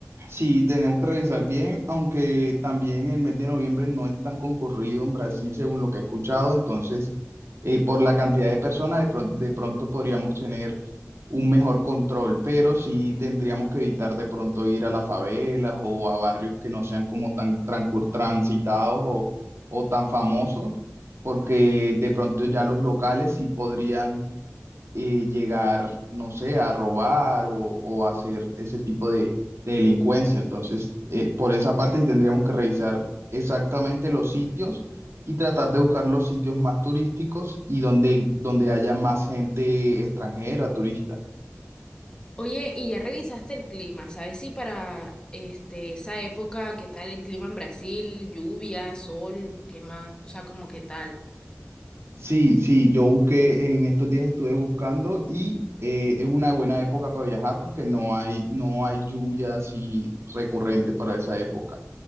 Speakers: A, on the right; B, on the left.
A: Sí, tenemos que revisar bien, aunque también el mes de noviembre no es tan concurrido en Brasil, según lo que he escuchado. Entonces, eh, por la cantidad de personas, de, pro- de pronto podríamos tener un mejor control, pero sí tendríamos que evitar de pronto ir a las favelas o a barrios que no sean como tan trancu- transitados o, o tan famosos, porque de pronto ya los locales sí podrían eh, llegar, no sé, a robar o, o hacer ese tipo de, de delincuencia. Entonces, eh, por esa parte sí tendríamos que revisar exactamente los sitios y tratar de buscar los sitios más turísticos y donde, donde haya más gente extranjera, turista.
B: Oye, y ya revisaste el clima, ¿sabes si para este esa época qué tal el clima en Brasil, lluvia, sol, qué más, o sea, como qué tal?
A: Sí, sí, yo busqué, en estos días estuve buscando y eh, es una buena época para viajar porque no hay, no hay lluvia así recurrente para esa época.